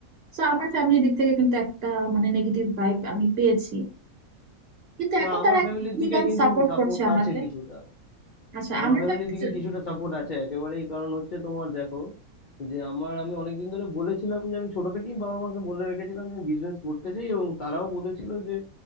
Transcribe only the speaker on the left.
না
আমার
ফ্যামিলির
দিকে কিন্তু
সাপোর্ট
আছে কিছুটা
আমার
ফ্যামিলির
দিকে কিছুটা সাপোর্ট আছে একেবারেই কারণ হচ্ছে তোমার দেখো যে আমার আমি অনেকদিন ধরে বলেছিলাম যে আমি ছোট থেকেই বাবা মাকে বলে রেখেছিলাম যে আমি বিজনেস করতে চাই এবং তারাও বলেছিল যে